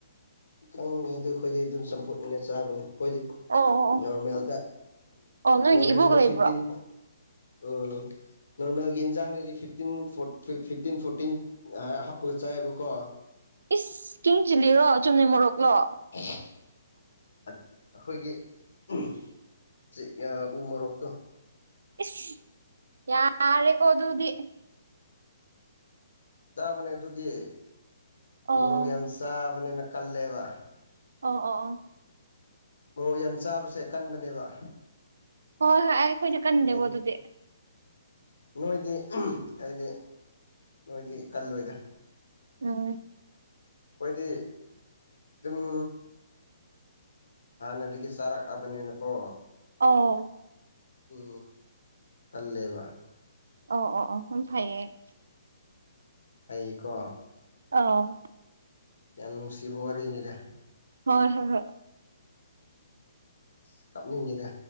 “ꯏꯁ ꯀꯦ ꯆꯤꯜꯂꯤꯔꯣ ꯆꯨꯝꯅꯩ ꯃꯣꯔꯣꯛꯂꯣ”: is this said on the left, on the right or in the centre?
Right